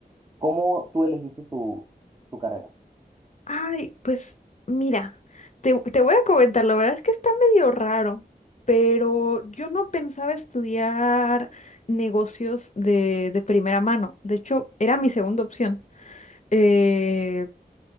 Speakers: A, on the right; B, on the left.
A: cómo tú elegiste tu, tu carrera.
B: Ay, pues mira, te, te voy a comentar, la verdad es que está medio raro, pero yo no pensaba estudiar negocios de, de primera mano. De hecho, era mi segunda opción. Eh,